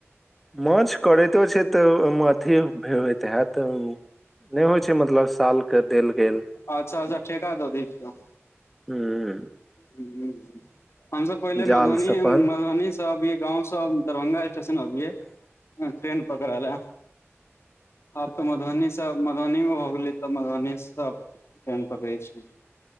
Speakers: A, in the centre; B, on the left.
A: माछ करैतो छै तऽ ओय मे अथी भे-भे तहे तै उ नै होय छै मतलब साल के देल गेल
B: अच्छा-अच्छा ठेका दऽ दै छिये।
A: हूॅं।
B: हूॅं-हूॅं हम सब पहिले
A: जाल
B: मधुबनीये
A: से अपन
B: में मधुबनी से तब ई गाँंव से दरभंगा स्टेशन आबियै अ ट्रेन पकड़ै लै।
A: त
B: आब तऽ मधुबनी से मधुबनी मे भऽ गेलै तऽ मधुबनी स ट्रेन पकड़ै छियै।